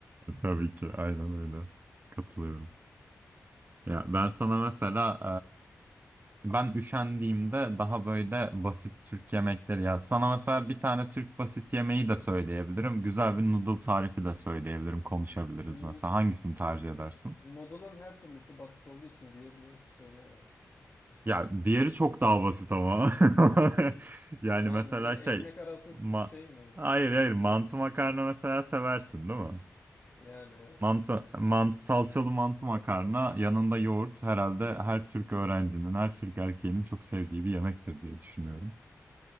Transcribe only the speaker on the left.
Hmm,
noodle'ın her türlüsü basit olduğu için diğerini söyle ya.
Vallahi
ne ekmek
arası
s- şey mi?
Yani evet.